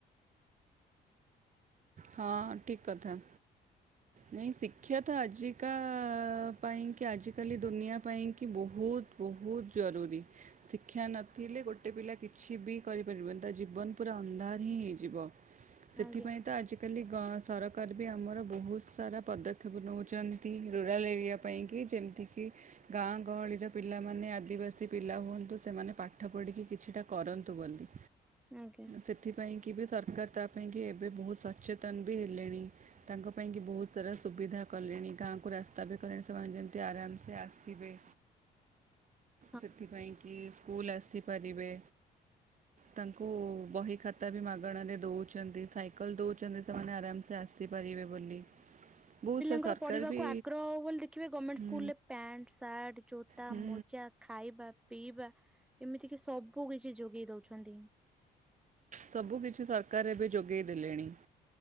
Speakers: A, on the right; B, in the centre.
A: ହଁ ଠିକ୍ କଥା। ନାଇଁ ଶିକ୍ଷା ତ ଆଜିକା ପାଇଁକି ଆଜିକାଲି ଦୁନିଆ ପାଇଁକି ବହୁତ ବହୁତ ଜରୁୁରୀ। ଶିକ୍ଷା ନଥିଲେ ଗୋଟେ ପିଲା କିଛି ବି କରିପାରିବନି ତା ଜୀବନ ପୁରା ଅନ୍ଧାର ହିଁ ହେଇଯିବ। ସେଥିପାଇଁ
B: ଆଜ୍ଞା
A: ତ ଆଜି ଆଜିକାଲି ଗ ସରକାର ବି ଆମର ବହୁତ ସାରା ପଦକ୍ଷେପ ନଉଚନ୍ତି ରୁରାଲ୍ ଏରିଆ ପାଇଁକି ଯେମିତିକି ଗାଁ ଗହଳିର ପିଲାମାନେ ଆଦିବାସୀ ପିଲା ହୁଅନ୍ତୁ ସେମାନେ ପାଠ ପଢିକି କିଛିଟା କରନ୍ତୁ ବୋଲି।
B: ଆଜ୍ଞା
A: ସେଥିପାଇଁ କି ଏବେ ସରକାର ତାପାଇଁକି ଏବେ ବହୁତ ସଚେତନ ବି ହେଲେଣି। ତାଙ୍କ ପାଇଁକି ବହୁତ ସାରା ସୁବିଧା କଲେଣି ଗାଁକୁ ରାସ୍ତା ବି କଲେଣି ସେମାନେ ଯେମତି ଆରାମସେ ଆସିବେ।
B: <inaudible>
A: ସେଥିପାଇଁକିି ସ୍କୁଲ ଆସିପାରିବେ। ତାଙ୍କୁ ବହିଖାତା ବି ମାଗଣାରେ ଦଉଚନ୍ତି ସାଇକଲ ଦଉ ଚନ୍ତି ସେମାନେ ଆରାମସେ ଆସିପାରିବେ ବୋଲି। ବହୁତ
B: ପିଲାଙ୍କର
A: ସେ ସରକାର
B: ପଢ଼ିବାକୁ
A: ବି
B: ଆଗ୍ରହ ହଉ ବୋଲି ଦେଖିବେ ଗମେଣ୍ଟ
A: ହୁଁ
B: ସ୍କୁଲରେ ପ୍ୟାଣ୍ଟ, ସାର୍ଟ, ଜୋତା,
A: ହୁଁ
B: ମୋଜା ଖାଇବା, ପିଇବା ଏମିତିକିି ସବୁ କିଛି ଯୋଗେଇ ଦଉଛନ୍ତି।
A: ସବୁକିଛି ସରକାର ଏବେ ଯୋଗେଇ ଦେଲେଣି